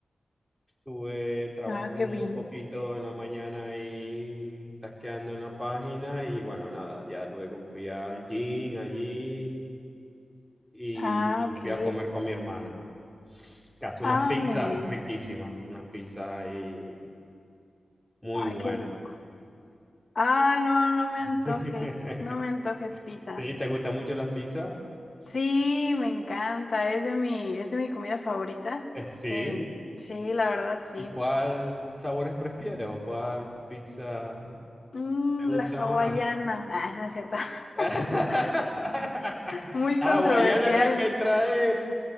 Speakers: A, in the centre; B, on the left (about 50°).
A: Estuve trabajando
B: Ah, qué
A: un
B: bien.
A: poquito en la mañana y tasqueando en la página y bueno, nada, ya luego fui al gym allí y
B: Ah, ok.
A: fui a comer con mi hermana. Que hace unas
B: Ah,
A: pizzas
B: muy bien.
A: riquísimas, unas pizzas ahí muy
B: Ay,
A: buenas.
B: qué rico. Ay, no, no me antojes,
A: <laughs>
B: no me antojes pizza.
A: Sí, ¿te gusta mucho la pizza?
B: Sí, me encanta, es de mi, es de mi comida favorita.
A: Eh, sí.
B: Em, sí, la verdad, sí.
A: ¿Y cuál sabores prefieres o cuál pizza
B: Mm,
A: te gusta
B: la hawaiana.
A: más?
B: Ah, no es cierto. <laughs>
A: <laughs>
B: Muy
A: Ah,
B: controversial.
A: Guayana es la que trae